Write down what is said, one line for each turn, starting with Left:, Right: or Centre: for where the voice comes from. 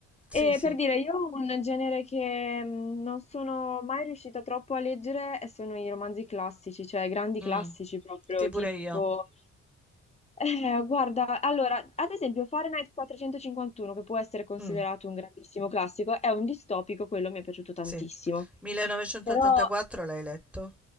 Centre: sì,
Left: E
Centre: sì.
Left: per dire, io ho un genere che mh, non sono mai riuscita troppo a leggere e sono i romanzi classici, cioè grandi
Centre: Mh.
Left: classici proprio,
Centre: Sì, pure
Left: tipo...
Centre: io.
Left: eh, guarda, allora, ad esempio Fahrenheit 451, che può essere considerato
Centre: Mh,
Left: un grandissimo classico, è un distopico, quello mi è piaciuto tantissimo.
Centre: sì. 1984
Left: Però,
Centre: l'hai letto?